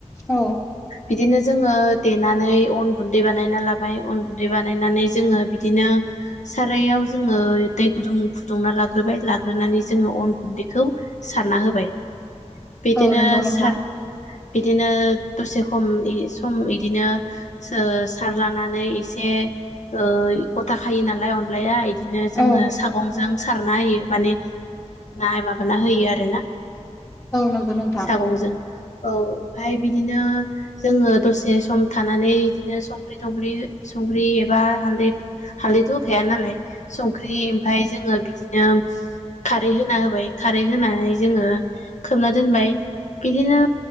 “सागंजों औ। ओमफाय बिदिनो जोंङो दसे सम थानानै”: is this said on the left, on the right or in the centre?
Left